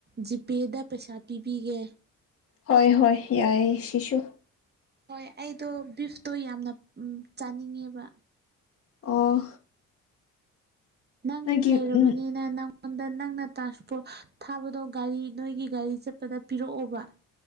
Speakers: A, on the right; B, on the left.
A: ꯖꯤꯄꯦꯗ ꯄꯩꯁꯥ ꯄꯤꯕꯤꯒꯦ
B: ꯍꯣꯏ ꯍꯣꯏ ꯌꯥꯏ ꯁꯤꯁꯨ
A: ꯍꯣꯏ ꯑꯩꯗꯣ ꯕꯤꯐꯇꯣ ꯌꯥꯝꯅ ꯆꯥꯅꯤꯡꯉꯦꯕ
B: ꯑꯣ
A: ꯅꯪ
B: ꯅꯪꯒꯤ
A: ꯂꯩꯔꯕꯅꯤꯅ
B: ꯎꯝ
A: ꯅꯪ ꯑꯩꯉꯣꯟꯗ ꯅꯪꯅ ꯇ꯭ꯔꯥꯟꯁꯄꯣꯔꯠ ꯊꯥꯕꯗꯣ ꯒꯥꯔꯤ ꯅꯣꯏꯒꯤ ꯒꯥꯔꯤ ꯆꯠꯄꯗ ꯄꯤꯔꯛꯑꯣꯕ